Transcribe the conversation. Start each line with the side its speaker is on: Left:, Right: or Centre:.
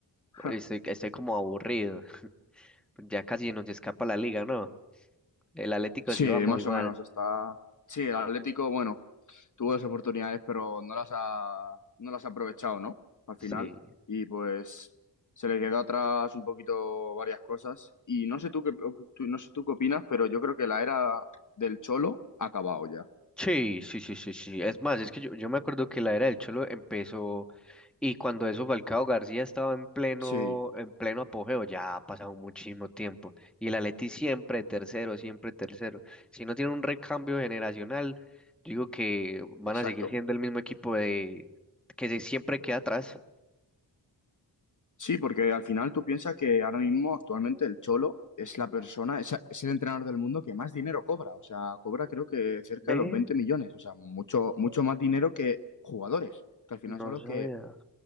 Left: <laughs>
Centre: Estoy, estoy como aburrido. <laughs> Ya casi nos escapa la liga, ¿no? El Atlético
Left: Sí,
Centre: sí va muy
Left: más
Centre: mal.
Left: o menos. Está. Sí, el Atlético, bueno, tuvo dos oportunidades, pero no las ha, no las ha aprovechado, ¿no? Al
Centre: Sí.
Left: final. Y pues se le quedó atrás un poquito varias cosas. Y no sé tú qué, tú- no sé tú qué opinas, pero yo creo que la era del Cholo ha acabado ya.
Centre: Sí, sí, sí, sí, sí. Es más, es que yo, yo me acuerdo que la era del Cholo empezó y cuando eso Falcao García estaba en pleno,
Left: Sí,
Centre: en pleno apogeo, ya ha pasado muchísimo tiempo. Y el Atleti siempre tercero, siempre tercero. Si no tiene un recambio generacional, yo digo que van
Left: exacto.
Centre: a seguir siendo el mismo equipo de que se- siempre queda atrás.
Left: Sí, porque al final tú piensas que ahora mismo, actualmente, el Cholo es la persona, es, es el entrenador del mundo que más dinero cobra. O sea, cobra creo que cerca
Centre: Ve,
Left: de los 20 millones. O sea, mucho, mucho más dinero que jugadores, que al final
Centre: no
Left: son los
Centre: sabía,
Left: que